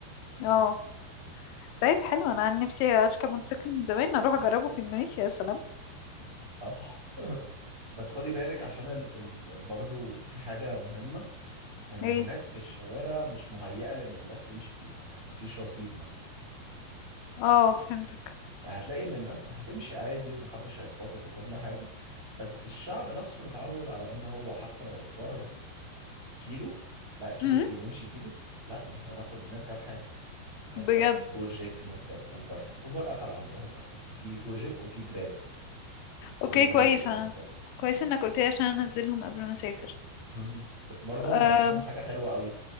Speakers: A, on the left; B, on the right.
A: اه طيب حلو انا عن نفسي اركب موتوسيكل من زمان اروح اجربه في اندونيسيا يا سلام
B: مم، طبعا <laughs> بس خدي بالك عشان ال... ال... برضو في حاجة مهمة ان
A: ايه
B: هناك الشوارع مش مهيئه لان الناس تمشي فيها يعني مفيش رصيف مثلا
A: اه فهمتك
B: فهتلاقي ان الناس هتمشي عادي ومحدش هيخبطك وكل حاجه بس الشعب نفسه متعود على ان هو حتى لو مشوار كيلو لا كيلو
A: امم
B: ايه نمشي كيلو لا ده احنا ناخد نركب حاجه نركب
A: بجد
B: جوجيك نركب اوبر اوبر قفل عندهم اصلا ففي جوجيك وفي جراب
A: اوكي
B: دول زي
A: كويس
B: اوبر
A: انا
B: كده
A: كويس انك قلت لي عشان انزلهم قبل ما اسافر
B: مم. بس برضه
A: أم...
B: هم عندهم حاجه حلوه قوي